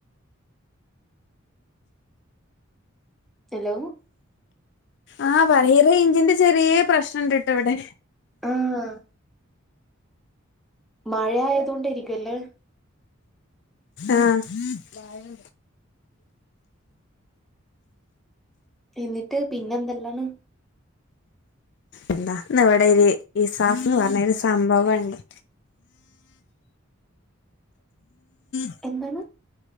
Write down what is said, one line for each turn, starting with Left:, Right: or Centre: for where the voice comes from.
Centre: ഹലോ
Left: ആഹ് പറയ് റേഞ്ചിന്റെ ചെറിയ പ്രശ്നം ഉണ്ട്. എവിടെ
Centre: ആഹ് മഴ ആയതുകൊണ്ട് ഇരിക്കുവല്ലേ.
Left: ആഹ്.
Centre: എന്നിട്ട് പിന്നെ എന്തെല്ലാണ്.
Left: എന്താ ഇവിടെ ഒരു ഇസാഫ് പറഞ്ഞൊരു സംഭവം ഉണ്ട്. <unintelligible>
Centre: എന്താണ്